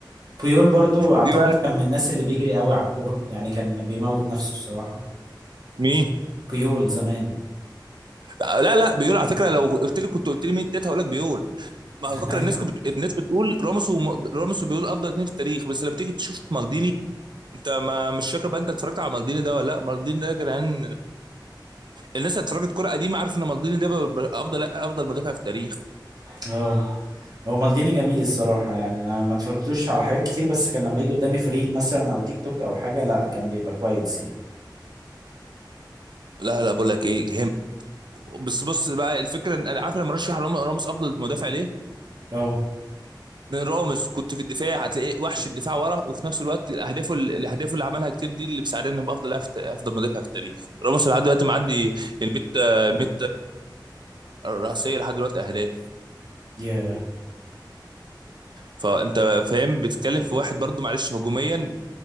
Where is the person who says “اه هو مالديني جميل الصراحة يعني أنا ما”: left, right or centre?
Right